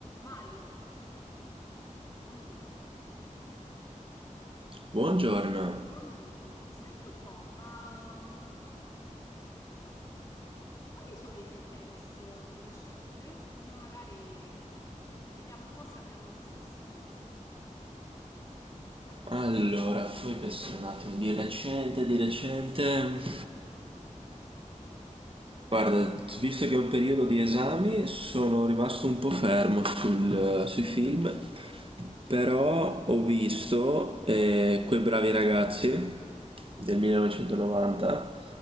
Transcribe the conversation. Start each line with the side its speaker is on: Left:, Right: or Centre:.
Left: Mario, buongiorno.
Right: Buongiorno.
Left: Buongiorno. Senti un po', ma mm, quali sono i film che hai visto di recente? Così magari vediamo un po' se abbiamo gli stessi gusti.
Right: Allora, fammi pensare un attimo, di recente, di recente... Guarda, visto che è un periodo di esami, sono rimasto un po' fermo sul- sui film, però ho visto eh, Quei bravi ragazzi del 1990